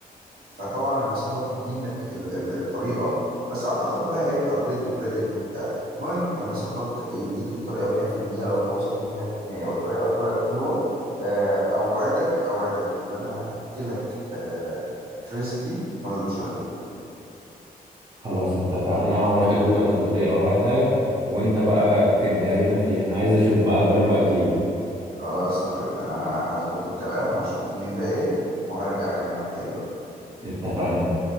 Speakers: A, on the right; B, on the right.
A: فطبعا لما صاحبك يدينك ال... ال... الطريقه بس اعتقد بقى هيبقى بيض وبريدنج وبتاع المهم لما صاحبك يديك الطريقه 100% لو انت واثق فيه 100% والطريقه طلعت حلوه آه، اوعدك اوعدك اللي انا هاكلك آه، كريسبي انت ما دوتش قبل كده
B: خلاص اتفقنا وانا هجيب لك الطريقه وابعتها لك وانت بقى تبدع لنا فيها عايز اشوف بقى اجرب اكل ايدك
A: خلاص يا حبيبي انا ه- هظبط الكلام واشوف الدنيا فيها ايه وهرجع اكلمك تاني بقى.
B: اتفقنا